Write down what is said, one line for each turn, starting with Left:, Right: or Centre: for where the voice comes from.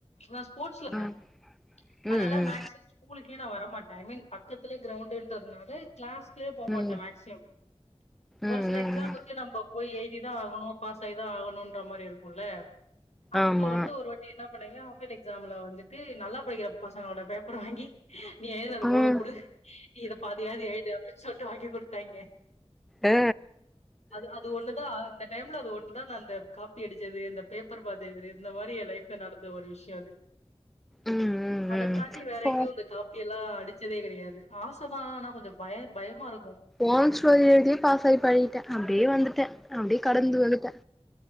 Left: நா ஸ்போர்ட்ஸ்ல இருந்தே
Centre: ம்
Left: அதனால
Centre: ம் ம்
Left: மேக்சிமம் ஸ்கூலுக் கே நா வரமாட்டே ஐ மீன் பக்கத்துலயே கிரவுண்டுன்றதுனால கிளாஸ் உள்ளயே போ மாட்டே
Centre: ம் ம்
Left: மேக்சிமம் ஒரு
Centre: ம்
Left: சில எக்ஸாம்க்கு
Centre: ம்
Left: நம்ப போய் எழுதி தா ஆகணு பாஸ் ஆய்தா ஆகணுன்ற மாரி இருக்குல்ல அப்ப
Centre: ஆமா
Left: வந்து ஒரு வாட்டி என்ன பண்ணேங்க ஆனுவல் எக்ஸாம்ல வந்துட்டு நல்லா படிக்கிற பசங்களோட பேப்பர வாங்கி நீ எழுதுனது
Centre: ம்
Left: போது குடு நீ இத பாதியாது எழுது அப்டின்னு சொல்ட்டு வாங்கி கொடுத்தாங்க
Centre: ஆ
Left: அது அது ஒண்ணுதா அந்த டைம்ல அது ஒன்னு தா நா இந்த காப்பி அடிச்சது இந்த பேப்பர பாத்து எழுதனது இந்த மாரி என் லைஃப்ல நடந் த ஒரு விஷயோ அது
Centre: ம் ம் ம்
Left: அத தாண்டி வேற
Centre: போ
Left: எங்கயு இந்த காப்பி எல்லா அடி ச்சதே கெடையாது ஆசதா ஆனா கொஞ்சோ பய பயமா இருக்கு
Centre: ஓன் ஸ்டோரி எழுதியே பாஸ் ஆயி பழகிட்டே அப்டியே வந்துட்டே அப்டியே கடந்து வந்துட்டே